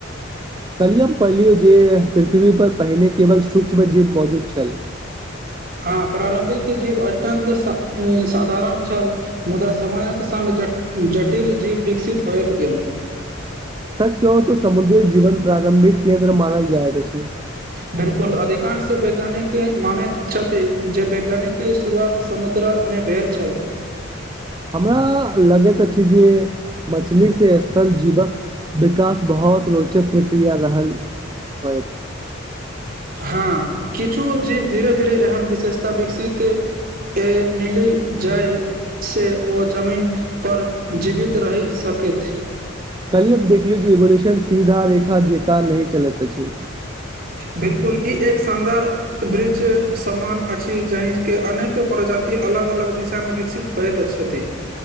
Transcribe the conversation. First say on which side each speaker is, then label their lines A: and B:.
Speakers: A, on the right; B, on the right.
A: <inaudible> कहलियै हम पढ़लियौ जे पृथ्वी पर पहिने केवल सुक्ष्म जीव मौजूद छल <inaudible>
B: हाँ प्रारम्भिक जीव अत्यन्त स साधारण छल मुदा समयक संग जटिल जीव विकसित होयत गेल
A: सच कहु तऽ समुद्री जीवन प्रारंभिक केन्द्र मानल जायत अछि
B: बिल्कुल अधिकांश वैज्ञानिकी मानैत छथि जे वैज्ञानिकी शुरुआत समुद्र मे भैल छल
A: हमरा लगैत अछि जे मछली से स्थल जीवक विकास बहुत रोचक प्रक्रिया रहल होइत
B: हाँ किछु जीव धीरे धीरे एहन विशेषता विकसित ए नीलू जाहि से ओ जमीन पर जीवित रहि सकैथ
A: कल्हिए देखली जे इवोल्यूशन सीधा रेखा जेकाँ नहि चलैत अछि
B: बिल्कुल ई एक शानदार वृक्ष सामान अछि जहिके अनेको प्रजाति अलग अलग दिशामे विकसित होयत छथि